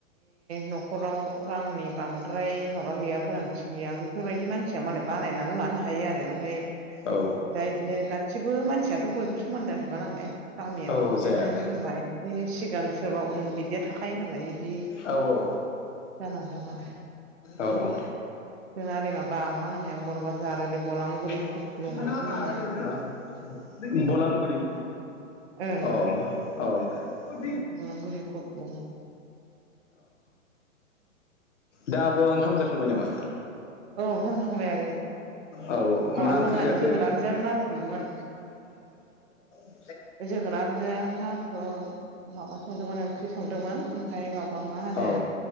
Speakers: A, on the right; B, on the left.
A: नखराव रांनि बांद्राय माबा गैया गोनांथि गैया बेफोरबायदि मानसिया मालाय बानायनानै लानो हाग हायो आरो ओमफ्राय
B: औ
A: दा इदिनो गासिबो मानसियाथ बयबो समान जाजोबा नालाय गामियाव
B: औ
A: बिदिनो
B: जाया
A: सोरबा एसे सिगां सोरबा उन बिदिया थाखायो नालाय बिदि
B: औ औ
A: जानानै दं आरो
B: औ औ
A: जोंना ओरै माबा मा होनो बर ब्रााजार ओरै बलांगुरि
B: <unintelligible>
A: खुख्लुङावसो जोंनिया
B: बलामगुरि
A: ओं
B: अ औ <unintelligible> अ
A: बलांगुरि गब्लं
B: दा अवा ओंखाम जाखांबाय नामा
A: औ ओंखाम जाखांबाय आगै
B: औ
A: माबासोमोन
B: मा ओंख्रि जाखो
A: जोगोनारजों नाथुरमोन
B: <unintelligible> <inaudible>
A: जोगोनारजों नाथुर माबा संदोंमोन ओंख्रि संदोंमोन ओमफ्राय माबा मा होनो
B: अ औ